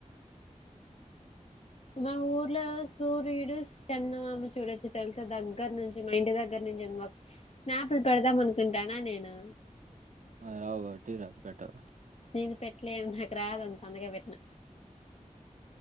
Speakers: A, on the left; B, on the right.
A: మా ఊర్లో సూర్యుడున్న చూడొచ్చు తెలుస దగ్గర నుంచి మా ఇంటి దగ్గర నుంచి మా స్నాపులు పెడదాం అనుకుంటానా నేను
B: రావు బ టీ రాదు పెట్టాాల
A: నేను పెట్టలేని నాకు రాదంత అండగా పెట్టినా